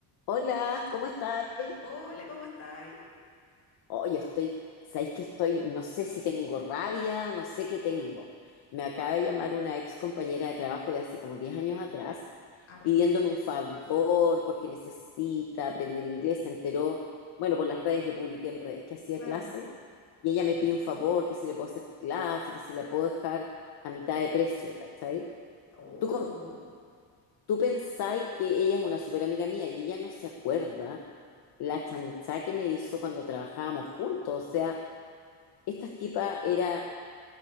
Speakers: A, on the left; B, on the left.
A: Hola, ¿cómo estáis?
B: Hola, ¿cómo estáis?
A: Oh, yo estoy, sabéis que estoy, no sé si tengo rabia, no sé qué tengo. Me acaba de llamar una ex compañera de trabajo de hace como 10 años atrás
B: Harto,
A: pidiéndome un favor porque necesita aprender inglés. Se enteró, bueno, por las redes, yo publiqué en redes que hacía
B: claro.
A: clase y ella me pide un favor, que si le puedo hacer clase, que si la puedo dejar a mitad de precio, ¿cachai?
B: Oh,
A: ¿Tú, com- Tú pensáis que ella es una súper amiga mía y ella no se acuerda la chanchá que me hizo cuando trabajábamos juntos. O sea, esta tipa era,